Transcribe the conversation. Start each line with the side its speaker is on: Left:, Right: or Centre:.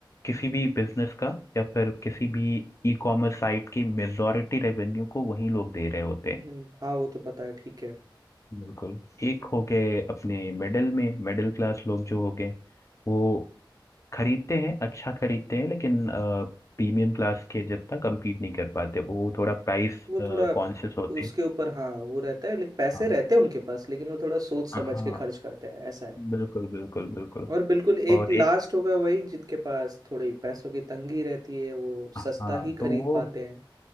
Left: किसी भी बिजनेस का या फिर किसी भी ई कॉमर्स साइट की मेजॉरिटी रेवेन्यू को वही लोग दे रहे होते हैं
Right: हम्म, हाँ वो तो पता है ठीक है
Left: बिल्कुल एक हो गए अपने मिडिल में मिडिल क्लास लोग जो हो गए वो खरीदते हैं अच्छा खरीदते हैं लेकिन प्रीमियम क्लास के जितना compete नहीं कर पाते वो थोड़ा प्राइस
Right: वो
Left: कॉन्शियस
Right: थोड़ा
Left: होते
Right: उसके
Left: हैं
Right: ऊपर हाँ वो रहता है लेकिन पैसे
Left: हाँ
Right: रहते हैं उनके पास लेकिन वो थोड़ा सोच समझ
Left: हाँ
Right: के खर्च करते हैं ऐसा है
Left: बिल्कुल बिल्कुल बिल्कुल
Right: और बिल्कुल एक
Left: और
Right: लास्ट
Left: एक
Right: होगा वही जिनके पास थोड़ी पैसों की तंगी रहती है वो
Left: हाँ
Right: सस्ता ही
Left: तो
Right: खरीद
Left: वो
Right: पाते हैं